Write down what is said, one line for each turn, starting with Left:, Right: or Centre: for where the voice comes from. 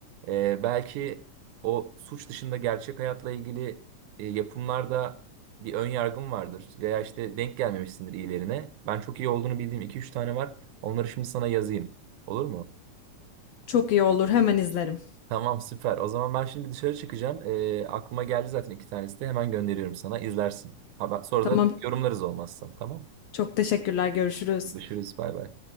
Right: E, belki o suç dışında gerçek hayatla ilgili e, yapımlarda bir ön yargım vardır. Veya işte denk gelmemişsindir iyilerine. Ben çok iyi olduğunu bildiğim iki üç tane var. Onları şimdi sana yazayım. Olur mu?
Left: Çok iyi olur. Hemen izlerim.
Right: Tamam süper. O zaman ben şimdi dışarı çıkacağım. Ee, aklıma geldi zaten iki tanesi de. Hemen gönderiyorum sana. İzlersin. Haber, sonra
Left: Tamam.
Right: da yorumlarız olmazsa. Tamam.
Left: Çok teşekkürler. Görüşürüz.
Right: Görüşürüz. Bay bay.